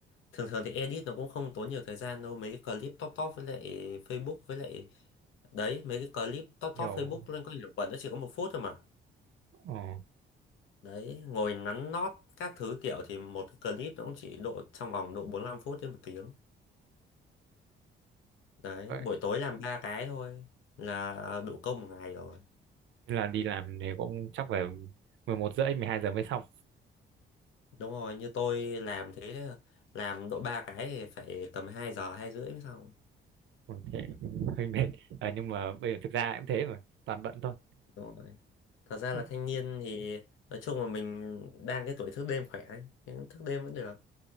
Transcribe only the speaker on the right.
Kiểu
ờ,
vậy.
Thế là đi làm thì cũng chắc phải 11 rưỡi 12 giờ mới xong
Ừ, thế cũng hơi mệt Ờ, nhưng mà bây giờ thực ra cũng thế mà toàn bận thôi
<laughs>